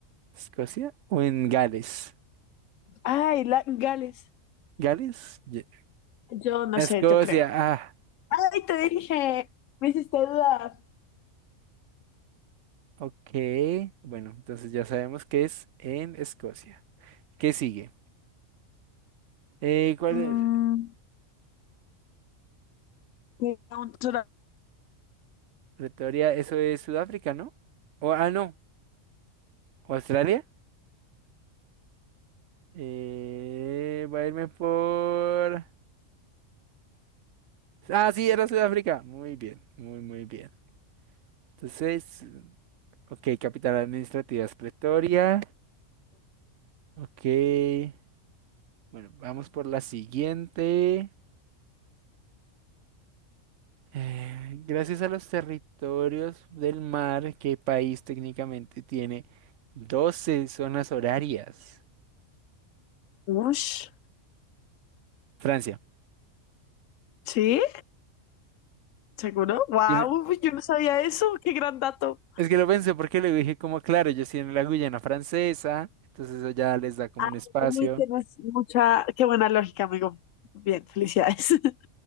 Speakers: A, on the right (about 70°); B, on the left (about 75°).
A: ¿Escocia? ¿O en Gales?
B: Ay, la, Gales.
A: ¿Gales? Ye-
B: Yo no
A: Escocia,
B: sé, yo creo.
A: ah,
B: Ay, te dije, me hiciste dudar.
A: ok. Bueno, entonces ya sabemos que es en Escocia. ¿Qué sigue? Eh, ¿cuál?
B: Mm,
A: es?
B: me un tora-
A: Pretoria, eso es Sudáfrica, ¿no? O, ah, no, Australia. Eh, voy a irme por... Ah, sí, era Sudáfrica. Muy bien, muy, muy bien. Entonces, ok, capital administrativa es Pretoria. Ok. Bueno, vamos por la siguiente. Eh, gracias a los territorios del mar, ¿qué país técnicamente tiene 12 zonas horarias?
B: Ush,
A: Francia.
B: ¿sí? ¿Seguro? ¡Wow!
A: Tiene-
B: Yo no sabía eso. ¡Qué gran dato!
A: Es que lo pensé porque le dije como, claro, ellos tienen la Guyana Francesa, entonces eso ya les da como
B: Ay,
A: un espacio.
B: uy, tienes mucha... ¡Qué buena lógica, amigo! Bien, felicidades. <laughs>